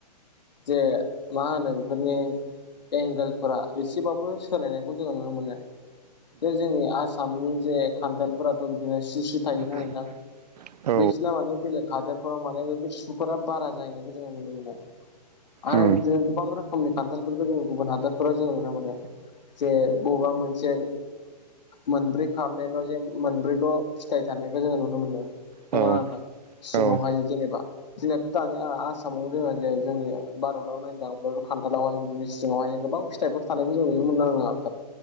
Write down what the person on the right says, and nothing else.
उम
औ
उम
औ
औ